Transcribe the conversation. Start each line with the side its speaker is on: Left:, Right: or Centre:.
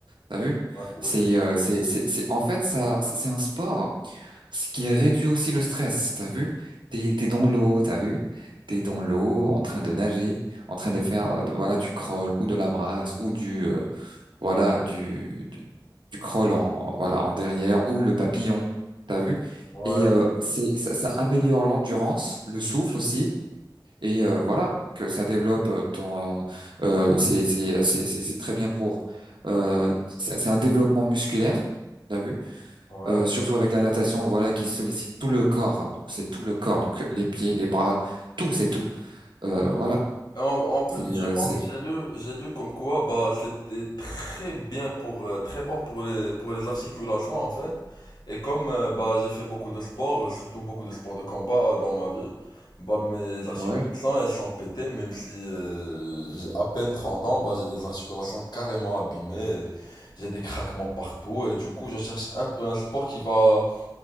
Right: T'as vu?
Left: Ouais, oui.
Right: C'est, euh, c'est, c'est, c'est, en fait, ça, c'est c'est un sport, ce qui réduit aussi le stress. T'as vu? T'es, t'es dans l'eau, t'as vu? T'es dans l'eau, en train de nager, en train de faire, euh, de- voilà, du crawl ou de la brasse ou du, euh, voilà, du, du, du crawl en, voilà, en derrière ou le papillon. T'as vu?
Left: Ouais.
Right: Et euh, c'est, ça, ça améliore l'endurance, le souffle aussi et euh, voilà que ça développe euh, ton euh, c'est c'est c'est c'est c'est très bien pour euh, c'est c'est un développement musculaire t'as vu
Left: Ouais.
Right: Euh, surtout avec la natation voilà qui sollicite tout le corps donc c'est tout le corps donc les pieds les bras tout c'est tout
Left: Ouais.
Right: Euh, voilà
Left: En, en plus,
Right: c'est euh,
Left: je pense,
Right: c'est
Left: que j'ai lu, j'ai lu comme quoi, bah, c'était très bien pour, euh, très bon pour les, pour les articulations, en fait. Et comme, euh, bah, j'ai fait beaucoup de sport, euh, surtout beaucoup de sport de combat euh, dans ma vie, bah, mes articulations,
Right: ouais
Left: elles sont pétées, même si, euh, j'ai à peine 30 ans, bah, j'ai des articulations carrément abîmées, et j'ai des craquements partout, et du coup, je cherche un peu un sport qui va,